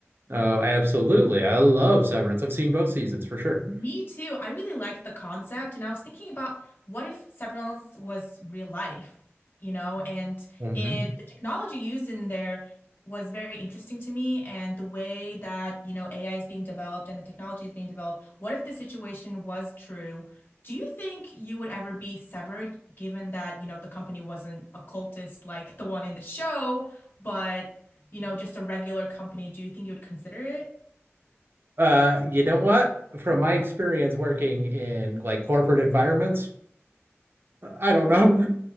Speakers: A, on the right (about 50°); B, on the left (about 50°).
A: Oh, absolutely. I love Severance. I've seen both seasons for sure.
B: Me too. I really like the concept, and I was thinking about what if Severance was real life, you know, and
A: hmm
B: it the technology used in there was very interesting to me, and the way that, you know, AI is being developed and the technology is being developed. What if this situation was true? Do you think you would ever be severed, given that, you know, the company wasn't a cultist like the one in the show, but, you know, just a regular company? Do you think you would consider it?
A: Uh, you know what? From my experience working in like corporate environments, I don't know.